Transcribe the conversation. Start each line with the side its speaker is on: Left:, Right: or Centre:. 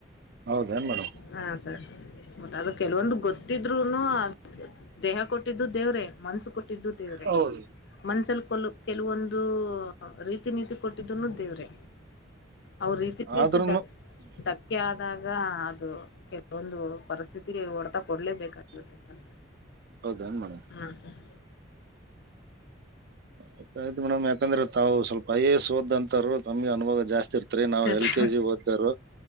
Right: ಹೌದೇನು ಮೇಡಮ್
Left: ಹ. ಮತ್ತೆ ಅದು ಕೆಲವೊಂದು ಗೊತ್ತು. ಹತ್ತಿದ್ರುನು ದೇಹ ಕೊಟ್ಟಿದ್ದು ದೇವ್ರೆ ಮನ್ಸು ಕೊಟ್ಟ. <unintelligible> ದೇವ್ರೆ
Right: ಹೌದು
Left: ಮನ್ಸಲ್. ಕೆಲವೊಂದು. ಇದು ರೀತಿಿನತಿ. ಕೊಟ್ಟಿದ್ದನು ದೇವ್ರೆ. ಅವ್ರ ರೀತಿ
Right: ಆದ್ರೂ
Left: ರೀತಿ ಧ
Right: ಹಾಂ
Left: ಧಕ್ಕೆ ಆದಾಗ ಅದು. ಒಂದು ಪರಿಸ್ಥಿತಿ ಹೊಡ್ತ. ಕೊಡಲೇಬೇಕಾಗುತ್ತೆ ಸರ್
Right: ಹೌದೇನು ಮೇಡಮ್
Left: ಹಾಂ ಸರ್.
Right: ಆಯ್ತ ಆಯ್ತ ಮಡಮ್ ಯಾಕಂದ್ರ ತಾವು ಸ್ವಲ್ಪ ಐ ಎಸ್ಓದ ಅಂತ. ನಮ್ಗೆ ಅನುಭವ ಜಾಸ್ತಿ ಇರ್ತ್ರಿ ನಾವ್
Left: ಕತೆ
Right: ಎಲ್ ಕೆ ಜಿ ಓದ್ದರು.